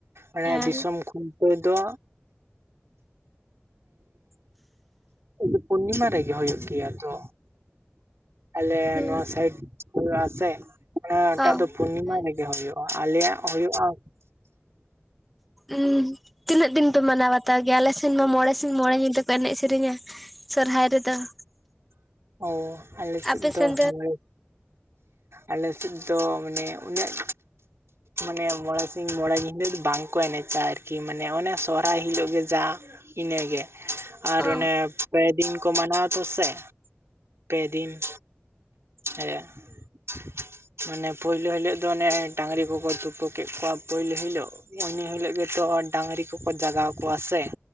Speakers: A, on the right; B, in the centre.
A: ᱚᱱᱮ
B: ᱦᱮᱸ
A: ᱫᱤᱥᱚᱢ ᱠᱷᱩᱱᱴᱟᱹᱣ ᱫᱚᱼᱼ ᱩᱸᱻ ᱯᱩᱨᱱᱤᱢᱟ ᱨᱮᱜᱮ ᱦᱩᱭᱩᱜ ᱜᱮᱭᱟ ᱛᱚ ᱾ ᱟᱞᱮ
B: ᱦᱩᱸ
A: ᱱᱚᱣᱟ ᱥᱟᱭᱤᱰ ᱦᱩᱭᱩᱜ ᱟᱥᱮ ᱾ ᱚᱱᱟ ᱴᱟᱜ
B: ᱚ
A: ᱫᱚ ᱯᱩᱨᱱᱤᱢᱟ
B: ᱦᱮᱸ
A: ᱨᱮᱜᱮ ᱦᱩᱭᱩᱜᱼᱟ, ᱟᱞᱮᱭᱟᱜ ᱦᱩᱭᱩᱜᱼᱟ ᱾
B: ᱩᱸ ᱛᱤᱱᱟᱹᱜ ᱫᱤᱱ ᱯᱮ ᱢᱟᱱᱟᱣ ᱵᱟᱛᱟᱣ ᱜᱮᱭᱟ? ᱟᱞᱮ ᱥᱮᱱ ᱢᱟ ᱢᱚᱬᱮᱼᱼ ᱥᱤᱧ ᱢᱚᱬᱮ ᱧᱤᱫᱟᱹ ᱠᱚ ᱮᱱᱮᱡ ᱥᱮᱨᱮᱧᱟ ᱥᱚᱨᱦᱟᱭ ᱨᱮᱫᱚ ᱾
A: ᱚ ᱟᱞᱮ ᱥᱮᱫ
B: ᱟᱯᱮ
A: ᱫᱚ
B: ᱥᱮᱱ
A: ᱦᱚᱭᱼᱼ ᱟᱞᱮ ᱥᱮᱫ ᱫᱚ ᱢᱟᱱᱮ ᱩᱱᱟᱹᱜᱼᱼ ᱢᱟᱱᱮ ᱢᱚᱬᱮ ᱥᱤᱧ ᱢᱚᱬᱮ ᱧᱤᱫᱟᱹᱫᱚ ᱵᱟᱝᱠᱚ ᱮᱱᱮᱡᱼᱟ ᱟᱨᱠᱤ ᱢᱟᱱᱮ ᱚᱱᱮ ᱥᱚᱦᱨᱟᱭ ᱦᱤᱞᱳᱜ ᱜᱮ ᱡᱟᱦᱟᱸᱼᱼ ᱤᱱᱟᱹ ᱜᱮ ᱾ ᱟᱨ
B: ᱚ
A: ᱚᱱᱮ ᱯᱮ ᱫᱤᱱ ᱠᱚ ᱢᱟᱱᱟᱣ ᱛᱚ ᱥᱮ ᱯᱮ ᱫᱤᱱ ᱾ ᱦᱮᱸ ᱾ ᱢᱟᱱᱮ ᱯᱳᱭᱞᱳ ᱦᱤᱞᱳᱜ ᱫᱚ ᱚᱱᱮ ᱰᱟᱝᱨᱤ ᱠᱚᱠᱚ ᱛᱩᱯᱩ ᱠᱮᱫ ᱠᱚᱣᱟ ᱯᱳᱭᱞᱳ ᱦᱤᱞᱳᱜ। ᱩᱱᱤ ᱦᱤᱞᱳᱜ ᱜᱮᱛᱚ ᱰᱟᱝᱨᱤ ᱠᱚᱠᱚ ᱡᱟᱜᱟᱣ ᱠᱚᱣᱟ ᱥᱮ ᱾